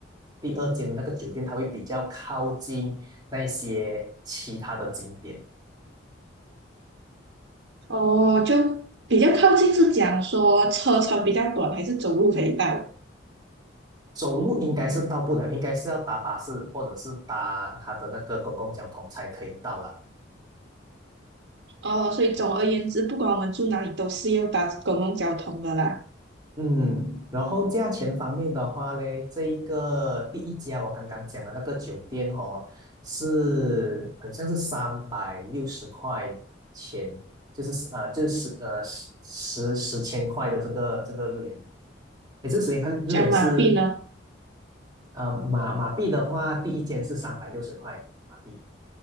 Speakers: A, on the right; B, on the right.
A: 第二间的那个酒店，它会比较靠近那些其他的景点，
B: 方？哦，就比较靠近是讲说车程比较短，还是走路可以到？
A: 走路应该是到不了，应该是要搭巴士或者是搭它的那个公共交通才可以到了。
B: 哦，所以总而言之，不管我们住哪里，都是要搭公共交通的啦。
A: 嗯，然后价钱方面的话呢，这一个第一家我刚刚讲的那个酒店哦，是很像是三百六十块钱，就是呃，就是呃十十十千块的这个这个日元，诶，这个时间看日元是
B: 这样马币呢？
A: 呃马马币的话，第一间是三百六十块马币，